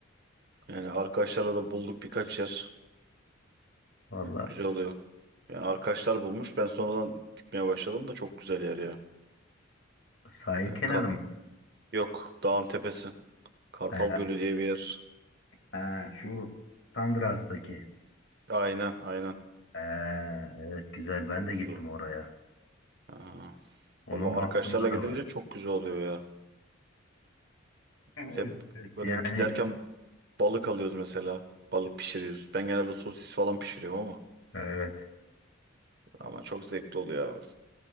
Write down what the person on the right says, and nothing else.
Yani arkadaşlarla da bulduk birkaç yer.
Güzel oluyor. Yani arkadaşlar bulmuş. Ben sonradan gitmeye başladım da çok güzel yer ya.
Ee,
ka-
yok dağın tepesi. Kartal
Gölü diye bir yer.
Aynen aynen.
Güzel.
Aa,
valla
arkadaşlarla
gidince
çok güzel oluyor ya.
Hep
böyle
giderken balık alıyoruz mesela. Balık pişiriyoruz. Ben genelde sosis falan pişiriyorum ama.
Ama çok zevkli oluyor abi.